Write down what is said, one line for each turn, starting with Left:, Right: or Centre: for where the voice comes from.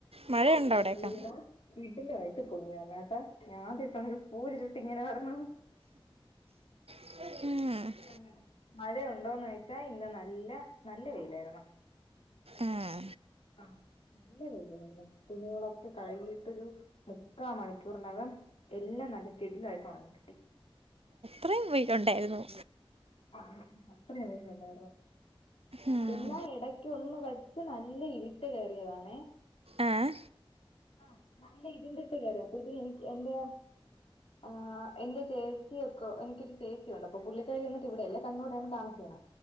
Right: മഴയുണ്ടോ
Left: എന്റെ
Right: അവിടെയൊക്കെ
Left: ഭൂരിഭാ കിടിലം ആയിട്ട് പൊങ്ങി വന്നേട്ടാ ഞാ ആദ്യായിട്ടാണ് ഒരു പൂരി ചുട്ട് ഇങ്ങനെ വരണത്.
Right: <unintelligible>
Left: അങ്ങനെ മഴ ഉണ്ടോന്ന് ചോയിച്ച ഇന്ന് നല്ല നല്ല വെയിലായിരുന്നു.
Right: ഉം.
Left: ആഹ നല്ല വെയിലായിരുന്നു. തുണികളൊക്കെ കഴുകിട്ടൊരു മുക്കാ മണിക്കൂറിനകം എല്ലാം നല്ല കിടിലായിട്ട് ഉണങ്ങി കിട്ടി.
Right: അത്രെയും വെയിലുണ്ടായിരുന്നോ?
Left: ആഹ് അത്രെയും വെയില് ഉണ്ടായിരുന്നു.
Right: ഉം.
Left: എല്ലാ ഇടക്ക് ഒന്ന് വച്ച് നല്ല ഇരുട്ട് കേറിയതാണേ.
Right: ആഹ്
Left: ആഹ് നല്ല ഇരുണ്ടിട്ട് കേറിയ അപ്പോഴത്തേക്ക് എനിക്ക് എന്റെ ആ എന്റെ ചേച്ചിയൊക്കൊ എനിക്കൊരു ചേച്ചിയുണ്ട്, അപ്പൊ പുള്ളിക്കാരി ഒന്ന്. ചേച്ചി ഇവിടെയല്ല കണ്ണൂരാണ് താമസിക്കണ.